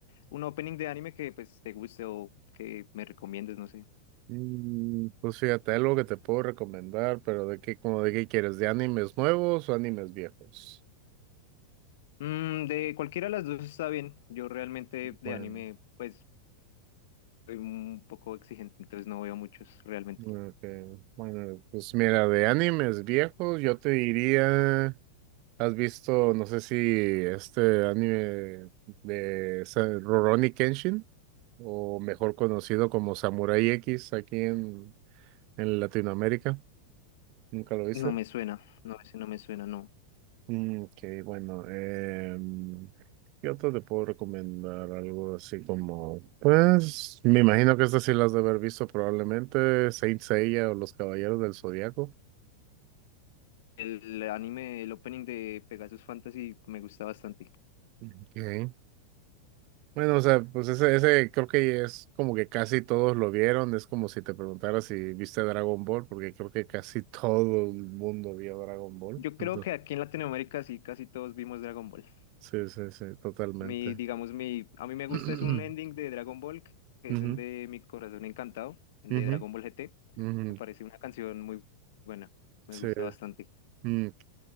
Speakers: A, on the left; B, on the right.
A: un opening de anime que pues te guste o que me recomiendes, no sé.
B: Mm, Pues fíjate, algo que te puedo recomendar, pero de qué, como de qué quieres, ¿de animes nuevos o animes viejos?
A: Mm, de cualquiera de las dos está bien. Yo realmente de
B: Bueno,
A: anime, pues. soy un poco exigente, entonces no veo muchos realmente.
B: ok, Bueno, pues mira, de animes viejos yo te diría... ¿Has visto, no sé si este anime de Sa- Rurouni Kenshin, o mejor conocido como Samurai X aquí en, en Latinoamérica? ¿Nunca lo viste?
A: No me suena, no, ese no me suena, no.
B: Mm, Ok, bueno, em, ¿qué otro te puedo recomendar? Algo así como, pues, me imagino que estas sí las de haber visto probablemente, Saint Seiya o Los Caballeros del Zodiaco.
A: El anime, el opening de Pegasus Fantasy me gusta bastante.
B: Ok. Bueno, o sea, pues ese, ese creo que es como que casi todos lo vieron. Es como si te preguntara si viste Dragon Ball, porque creo que casi <laughs> todo el mundo vio Dragon Ball.
A: Yo creo
B: Entonces,
A: que aquí en Latinoamérica sí, casi todos vimos Dragon Ball.
B: sí, sí, sí, totalmente.
A: Mi, digamos, mi, a mí me gusta
B: <clears throat>
A: es un ending de Dragon Ball, que
B: Ujú,
A: es el de Mi Corazón Encantado, el
B: ujú,
A: de Dragon Ball GT.
B: ujú,
A: Me parece una canción muy buena, me
B: sí,
A: gusta bastante.
B: mm, ok.